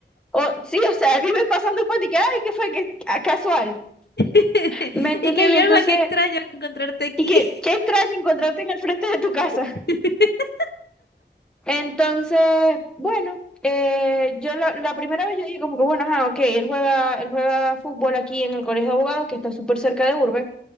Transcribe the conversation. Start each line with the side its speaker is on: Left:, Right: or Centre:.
Centre: O, sí, o sea, <laughs> él iba pasando el puente y que, ay, ¿qué fue? Que, ah, casual.
Left: <laughs>
Centre: ¿Me entendés?
Left: Y que
Centre: Y
Left: mi
Centre: entonces,
Left: alma, qué extraño encontrarte aquí.
Centre: y qué, qué extraño encontrarte en el frente de tu casa.
Left: <laughs>
Centre: Entonces, bueno, eh, yo la, la primera vez yo dije como que, bueno, ajá, ok, él juega, él juega fútbol aquí en el Colegio de Abogados, que está súper cerca de Urbe,